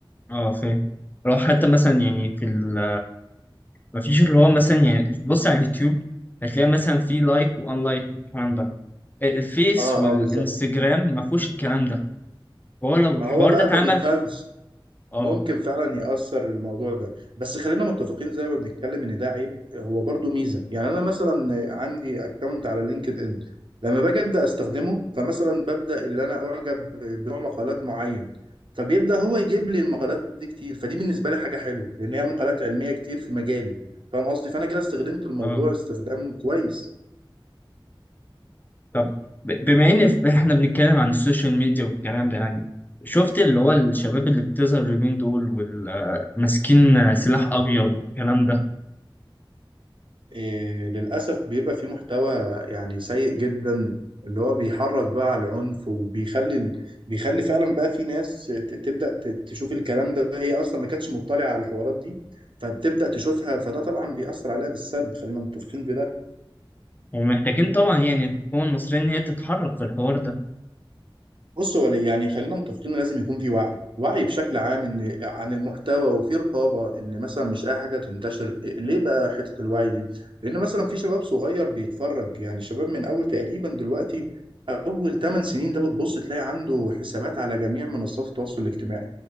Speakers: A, on the left; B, on the right.
A: اه فاهم لو حتى مثلا يعني في ال مفيش اللي هو مثلا يعني بص على اليوتيوب هتلاقي مثلا في لايك وان لايك والكلام ده الفيس
B: اه
A: والانستجرام
B: اه بالظبط
A: ما فيهوش الكلام ده هو لو
B: ما
A: الحوار
B: هو بقى
A: ده اتعمل
B: ما بيفهمش
A: في- اه
B: ممكن فعلا يأثر الموضوع ده بس خلينا متفقين زي ما بنتكلم ان ده عيب هو برضو ميزة يعني انا مثلا عندي اكونت على لينكد ان لما باجي ابدا استخدمه فمثلا ببدا اللي انا اعجب بنوع مقالات معين فبيبدا هو يجيب لي المقالات دي كتير فدي بالنسبة لي حاجة حلوة لان هي مقالات علمية كتير في مجالي فاهم قصدي فانا كده استخدمت الموضوع
A: اه
B: استخدام كويس
A: طب ب- بما ان ف- احنا بنتكلم عن السوشيال ميديا والكلام ده يعني شفت اللي هو الشباب اللي بتظهر اليومين دول وماسكين سلاح ابيض والكلام ده
B: إيه للأسف بيبقى فيه محتوى يعني سيء جدا اللي هو بيحرض بقى على العنف وبيخلي ال- بيخلي فعلا بقى في ناس ت- تبدأ ت- تشوف الكلام ده هي أصلا ما كانتش مطلعة على الحوارات دي فبتبدأ تشوفها فده طبعا بيأثر عليها بالسلب خلينا متفقين بده
A: ومحتاجين طبعا يعني الحكومه المصريه ان هي تتحرك في الحوار ده
B: بص هو يعني خلينا متفقين إن لازم يكون في وعي وعي بشكل عام ان عن المحتوى وفي رقابه ان مثلا مش اي حاجه تنتشر إيه، ليه بقى حته الوعي دي لان مثلا في شباب صغير بيتفرج يعني شباب من اول تقريبا دلوقتي اول 8 سنين ده بتبص تلاقي عنده حسابات على جميع منصات التواصل الاجتماعي